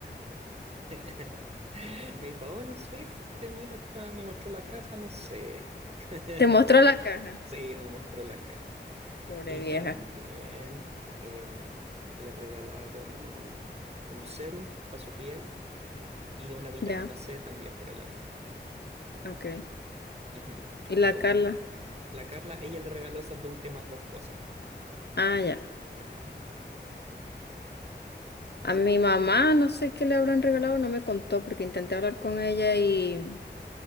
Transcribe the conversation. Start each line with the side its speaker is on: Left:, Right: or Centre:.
Right: <laughs> Me dijo, oh, no sé, este, mira, está- me mostró la caja, no sé. <laughs>
Left: Te mostró la caja.
Right: Sí, me mostró la caja.
Left: Pobre
Right: Y
Left: vieja.
Right: también em, le regalaron un serum para su piel y una vitamina
Left: Ya.
Right: C también para la piel.
Left: Ok.
Right: Ujú.
Left: ¿Y la
Right: A tu
Left: Carla?
Right: mam. La Carla, ella le regaló esas dos últimas dos cosas.
Left: Ah, ya.
Right: Ajá, sí.
Left: A mi mamá no sé qué le habrán regalado, no me contó porque intenté hablar con ella y,